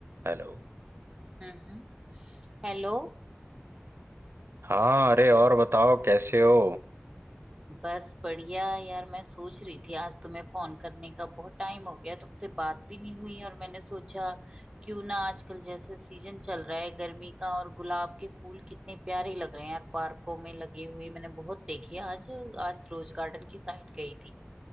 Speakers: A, on the right; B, on the right.
A: Hello
B: हम्म Hello
A: हाँ अरे और बताओ कैसे हो
B: बस बढ़िया यार मैं सोच रही थी आज तुम्हें फोन करने का बहुत टाइम हो गया तुमसे बात भी नहीं हुई और मैंने सोचा क्यों ना आजकल जैसे सीजन चल रहा है गर्मी का और गुलाब के फूल कितने प्यारे लग रहे हैं यार पार्कों में लगे हुए मैंने बहुत देखे आज आज रोज गार्डन की साइड गई थी